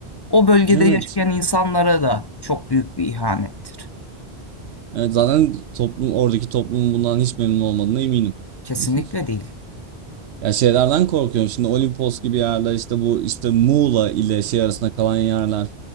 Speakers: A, on the left; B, on the right.
A: O bölgede
B: Evet.
A: yaşayan insanlara da çok büyük bir ihanettir.
B: Evet zaten toplum oradaki toplumun bundan hiç memnun olmadığına eminim.
A: Kesinlikle
B: <laughs>
A: değil.
B: Ya şeylerden korkuyorum. Şimdi Olimpos gibi yerler işte bu işte Muğla ile şey arasında kalan yerler